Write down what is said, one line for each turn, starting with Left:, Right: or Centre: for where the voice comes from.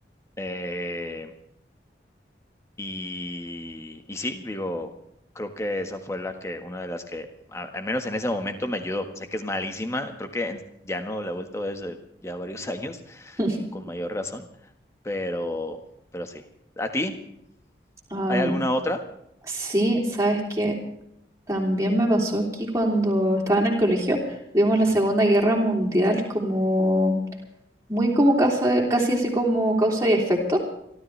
Left: Eh, y, y sí, digo, creo que esa fue la que, una de las que, a- al menos en ese momento me ayudó. Sé que es malísima, creo que en- ya no la he vuelto a ver desde ya varios <laughs> años,
Right: <laughs>
Left: con mayor razón, pero, pero sí. ¿A ti?
Right: Am,
Left: ¿Hay alguna otra?
Right: sí, sabes que También me pasó aquí cuando estaba en el colegio vimos
Left: Ujú,
Right: la Segunda Guerra Mundial como muy como causa- casi así como causa y efecto